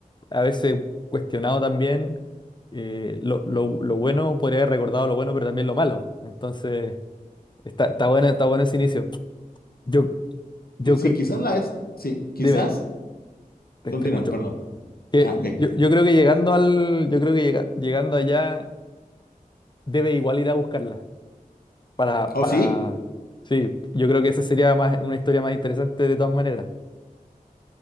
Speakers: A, on the left; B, on the left.
A: a veces cuestionado también, eh, lo, lo- lo bueno, podría haber recordado lo bueno, pero también lo malo. Entonces, está, está bueno, está bueno ese inicio. Yo, yo
B: Sí, sí,
A: cre-
B: quizás la es, sí, quizás,
A: dime, te
B: continúa,
A: te escucho.
B: perdón.
A: Que
B: Ah, ok.
A: yo, yo creo que llegando al, yo creo que llega- llegando allá debe igual ir a buscarla para,
B: Oh,
A: para,
B: sí,
A: sí, yo creo que esa sería más, una historia más interesante de todas maneras.